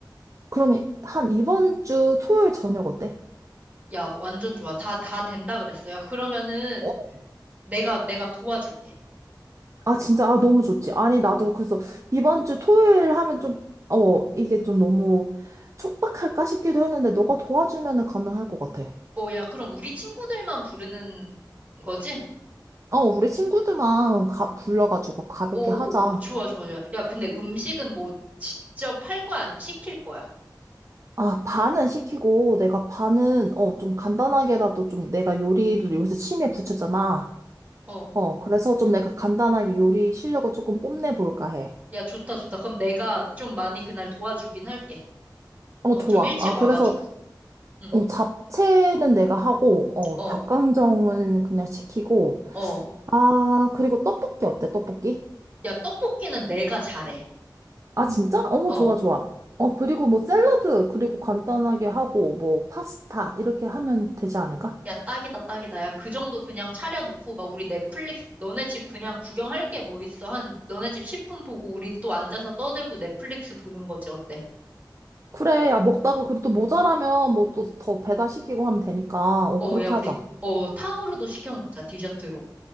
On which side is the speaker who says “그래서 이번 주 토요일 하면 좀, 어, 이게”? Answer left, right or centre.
Right